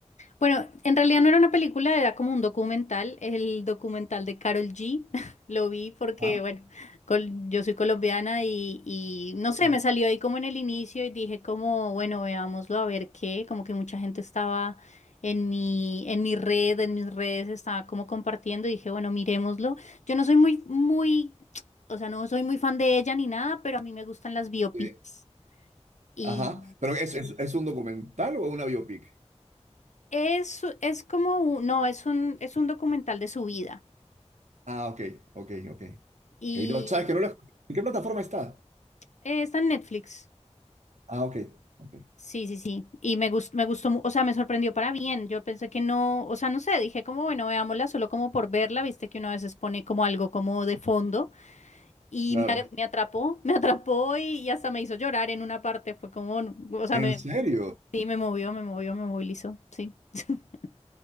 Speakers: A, on the left; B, on the right.
A: Bueno, en realidad no era una película, era como un documental, el documental de Carol G. <laughs> Lo vi porque,
B: ¿Ah?
A: bueno, col- yo soy colombiana y, y no
B: No
A: sé,
B: sé.
A: me salió ahí como en el inicio y dije como, bueno, veámoslo a ver qué, como que mucha gente estaba en mi, en mi red, en mis redes estaba como compartiendo y dije, bueno, miremoslo. Yo no soy muy, muy, <tsk> o sea, no soy muy fan de ella ni nada, pero a mí me gustan las biopics.
B: Sí.
A: Y
B: Ajá, pero ¿es, es, es un documental o una biopic?
A: Es, es como un, no, es un, es un documental de su vida
B: Ah, ok, ok, ok.
A: y
B: Ok, no, ¿sabes que no la he escuchado? ¿En qué plataforma está?
A: eh, está en Netflix.
B: Ah, ok, ok.
A: Sí, sí, sí. Y me gustó, me gustó, mu- o sea, me sorprendió para bien. Yo pensé que no, o sea, no sé, dije como, bueno, veámosla solo como por verla, viste que uno a veces pone como algo como de fondo y
B: Claro.
A: me, a- me atrapó, <laughs> me atrapó y, y hasta me hizo llorar en una parte. Fue como, o sea,
B: ¿En
A: me,
B: serio?
A: sí, me movió, me movió, me movilizó, sí. <laughs>